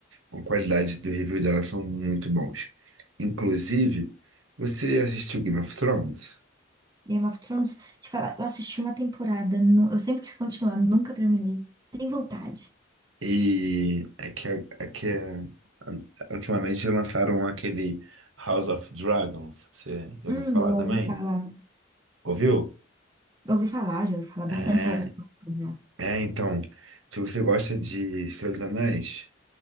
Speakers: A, on the right; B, on the right.
A: A qualidade do review dela são muito bons. Inclusive, você assistiu Game of Thrones?
B: Game of Thrones, te falar, eu assisti uma temporada, nu- eu sempre quis continuar, nunca terminei. Tem vontade.
A: E é que, é que é- ultimamente lançaram aquele House of Dragons. Você já
B: Hum,
A: ouviu falar
B: eu ouvi
A: também?
B: falar.
A: Ouviu?
B: Eu ouvi falar, já ouvi falar bastante
A: É,
B: House of Thrones já.
A: é, então, se você gosta de Senhor dos Anéis,